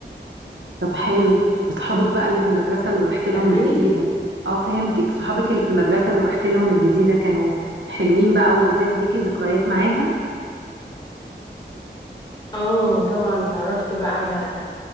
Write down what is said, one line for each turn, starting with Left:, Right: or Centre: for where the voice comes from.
Right: طب حلو وصحابك بقى اللي في المدرسة اللي رحت لهم
Left: فاهماني
Right: الجديدة اه فهمتك صحابك اللي في المدرسة اللي رحت لهم الجديدة كانوا حلوين بقى ولذاذ ليكي ذكريات معاهم
Left: اه طبعا اتعرفت بقى على